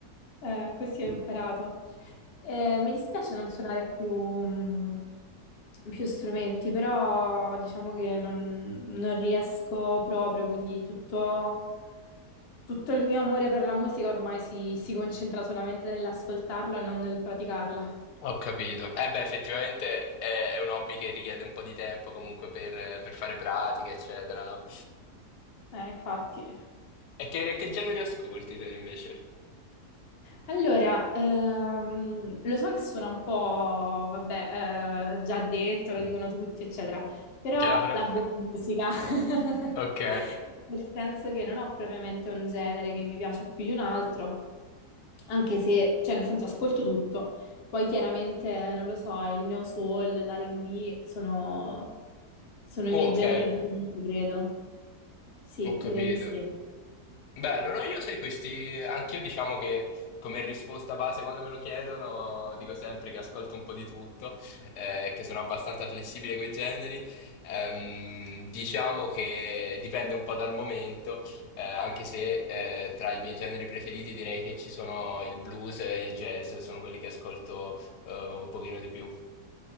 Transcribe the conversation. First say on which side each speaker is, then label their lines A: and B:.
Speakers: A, on the left; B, on the left.
A: Eh, così ho imparato. Eh, mi dispiace non suonare più, mh, più strumenti, però diciamo che non, non riesco proprio, quindi tutto, tutto il mio amore per la musica ormai si, si concentra solamente nell'ascoltarla e non nel praticarla.
B: Ho capito. Eh beh, effettivamente è, è un hobby che richiede un po' di tempo comunque per, per fare pratiche, eccetera, no?
A: Eh, infatti.
B: E che, che genere ascolti te invece?
A: Allora, ehm, lo so che suona un po', vabbè, eh, già detto, lo dicono tutti, eccetera, però
B: Chiaro.
A: la
B: <laughs>
A: buona musica. <laughs>
B: Ok.
A: Nel senso che non ho propriamente un genere che mi piace più di un altro, anche se, cioè nel senso ascolto tutto. Poi chiaramente, eh, non lo so, il neo soul, l'R&B sono, sono
B: Oh,
A: i miei
B: ok,
A: generi preferiti, credo. Sì,
B: ho
A: direi
B: capito.
A: di sì.
B: Bello, no? Io sai questi, anch'io diciamo che come risposta base quando me lo chiedono dico sempre che ascolto un po' di tutto eh, e che sono abbastanza flessibile con i generi. Ehm, diciamo che dipende un po' dal momento, eh, anche se eh, tra i miei generi preferiti direi che ci sono il blues e il jazz, sono quelli che ascolto eh, un pochino di più.